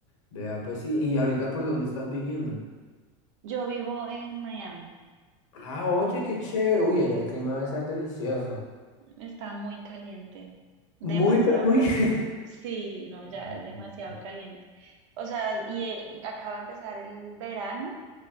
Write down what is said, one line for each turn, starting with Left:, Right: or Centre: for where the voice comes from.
Left: vea, pues sí. ¿Y ahorita por dónde estás viviendo?
Right: Yo vivo en Miami.
Left: Ah, oye, qué chévere. Uy, allá el clima debe ser delicioso.
Right: Está muy caliente, demasiado
Left: Muy, pero muy.
Right: caliente.
Left: <laughs>
Right: Sí, no, ya
Left: Ujú,
Right: es demasiado caliente. O sea, y eh, acaba de empezar el verano